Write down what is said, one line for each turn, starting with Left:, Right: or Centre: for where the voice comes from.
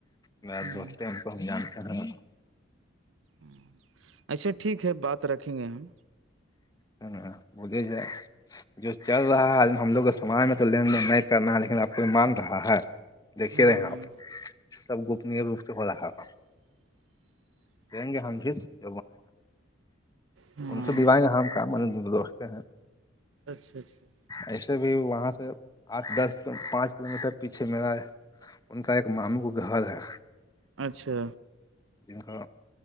Left: میرا
Right: ہوں
Left: دوست ہیں ان کو ہم جانتے ہیں <inaudible>
Right: ہ اچھا ٹھیک ہے بات رکھیں گے ہم
Left: ہ بھے سے <inaudible> جو چل رہا ہے آد ہم لوگ کو سمج میں تو لین دین نہیں کرنا ہے لیکن اب کوئی مانگ رہا ہے <inaudible> دیکے
Right: ہوں
Left: رہے ہیں آپ سب گوپنی روپ سے ہو رہا ہے تھا <inaudible> دیں گے ہمشس <inaudible>
Right: ہاں
Left: ان سے دیوائیں گ ہم ہم کامڑتے ہیں <inaudible>
Right: اچھا اچھا <inaudible>
Left: ایسے بھی وہاں سے آٹھ دس پانچ کلو میٹر پیچھے میرلاا ہے <inaudible> ان کا ایک ماموں کو گھر ہے <inaudible>
Right: اچھا
Left: جن کا